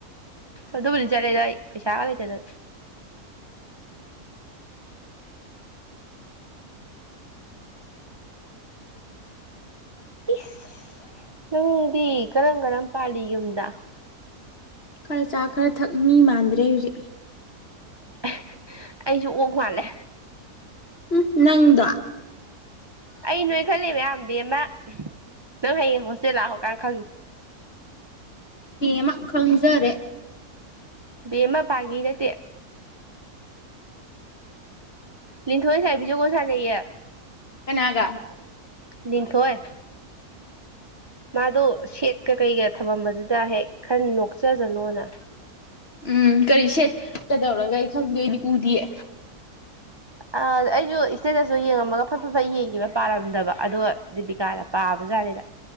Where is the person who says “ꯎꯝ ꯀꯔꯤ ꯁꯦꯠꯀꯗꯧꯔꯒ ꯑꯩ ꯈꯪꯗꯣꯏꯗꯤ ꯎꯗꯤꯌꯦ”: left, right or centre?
Left